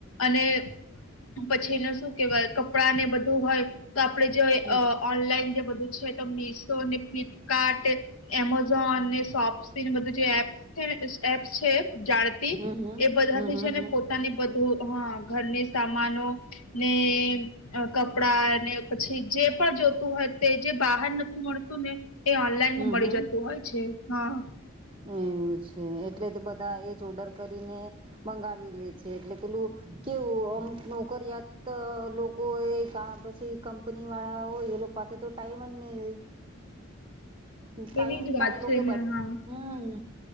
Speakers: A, on the left; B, on the right.
A: અને પછી એને શું કેહેવાય કપડાં ને બધું હોય તો આપડે જો
B: હમ
A: ઓનલાઈન જે બધું છે તો મીશો ને ફ્લિપકાર્ટ એમેઝોન ને સોપ્સી બધું જે એપ છે એપ્સ છે જાણે બી
B: હમ હમ હમ
A: એ બધા થી
B: હમ
A: છે ને
B: હમ
A: પો તાને બધું હા ઘરની સામાનો ને અ કપડા ને પછી જે પણ જોતું હોય તે જે બહાર નથી મળતું ને એ ઓનલાઈન
B: હમ
A: માં મળી
B: હમ
A: જતું હોય છે હા
B: એવું છે એટલે તે બધા એ જ ઓર્ડર કરીને મંગાવી લે છે એટલે પેલું કેવું અમુક નોકરિયાત લોકો એ ક પછી કંપનીવાળા હોય એ લોક પાસે તો ટાઈમ જ નહીં હોય ટાઈમ
A: એવી જ
B: પણ
A: વાત
B: એ લોકો
A: છે ને
B: બત
A: હા
B: હમ